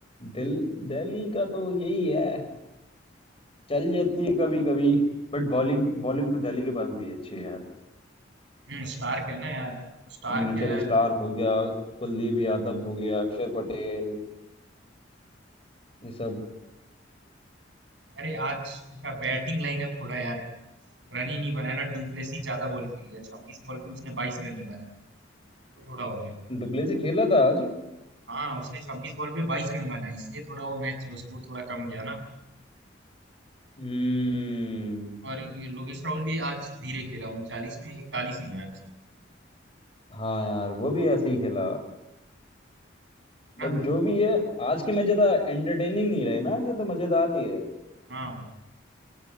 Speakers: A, on the left (about 30°); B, on the right (about 70°).
A: दिल दिल्ली का तो यही है चल जाती है कभी कभी बट बॉलिंग बॉलिंग तो दिल्ली के पास भी अच्छी है यार
B: में हम्म स्टार्क है ना यार वो स्टार्क
A: मिचेल
B: है
A: स्टार्क हो गया कुलदीप यादव हो गया अक्षर पटेल ये सब
B: अरे आज उनका बैटिंग लाइनअप थोड़ा यार रन ही नहीं बनाया ना डुप्लेसी ज्यादा बॉल खेल गया छब्बीस बॉल पे उसने बाईस रन ही बनाया वो थोड़ा हो गया
A: डुप्लेसी खेला था आज
B: हाँ उसने 26 बॉल पे 22 रन बनाए इसलिए थोड़ा वो मैच स्कोर थोड़ा कम गया ना
A: हम्म
B: और ये लोकेश राहुल भी आज धीरे खेला उनचालीस में इकतालीस ही बनाए उसने
A: हाँ यार वो भी ऐसे ही खेला बट
B: ना
A: जो भी है आज के मैच ज्यादा एंटरटेनिंग नहीं रहे ना ज्यादा मजेदार नहीं रहे
B: हाँ